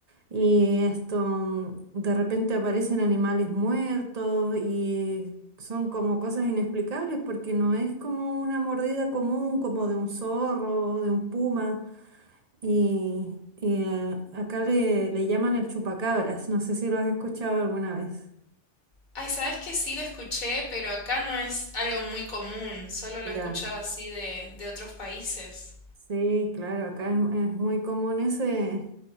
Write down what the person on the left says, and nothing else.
Ay, sabes que sí lo escuché, pero acá no es algo muy común. Solo lo
he escuchado así de, de otros países.